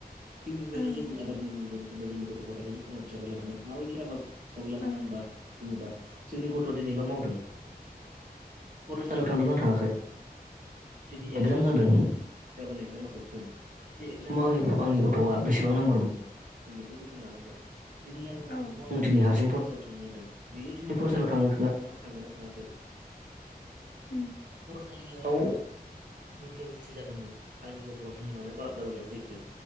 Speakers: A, on the right; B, on the left.
A: थिगबेबादिनो
B: ओं
A: जोङो आबाद मावनांगोन एबा जोंनि गथ' गथथायखौ जों आबाद हिसाबै लानांगोन माबायदि आबाद हिसाबै लानांगोन
B: ओं
A: होनबा बुङोदा जोंनि गथ'आ दिनै मा मावदों फरायसालियाव थांदों नना थाङाखै दिनै एगजाम जादों गाबोन एगजामा जोबगोन बे एगजामाव आंनि आंनि गथ'आ बेसेबां नाम्बार मोनदों जों बेखौ जोथोन लानांगोन दिनै आंनि गथ'खौ
B: औ
A: आङो दिनै हारसिं फरायसालियाव थांनो होदों बियो दिनै फरायसालियाव थांनो थाङा थांगोना थाङाखै
B: उम
A: सालियाव दुइथायाव सुथि जादोंमोन आंनि गथ'आ दिनै मानो बार'था बाजियाव फैखो